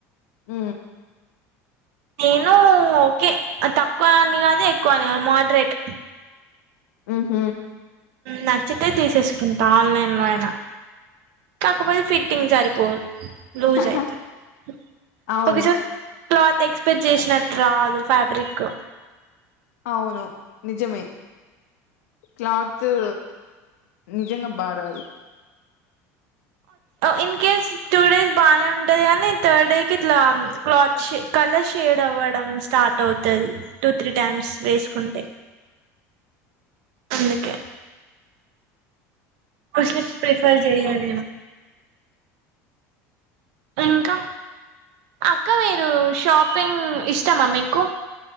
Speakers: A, on the left (about 80°); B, on the right (about 70°).
A: ఊ
B: నేను ఓకే తక్కువ అని కాదు, ఎక్కువ అని కాదు మోడరేట్.
A: ఆహ
B: నచ్చితే తీసేసుకుంటా ఆన్లైన్లొ అయిన కాకపోతే ఫిట్టింగ్ సరిపోదు. రోజయి
A: హహ
B: క
A: అవును
B: సో క్ల పట్ చేసినట్టు రాదు ఫ్యాబ్రిక్.
A: అవును నిజమే క్లాతు నిజంగా బారాదు
B: ఇన్ కేస్ టూ డేస్ బాగానే ఉంటది. కానీ థర్డ్ డేకి ఇట్లా క్లాత్ షే కలర్ షేడ్ అవ్వడం స్టార్ట్ అవుతది. టూ త్రీ టైమ్స్ వేసుకుంటే అందుకే కొస ప్రిఫర్ చెయాల ఇంకా అక్క మీరు షాపింగ్ ఇష్టమా మీకు.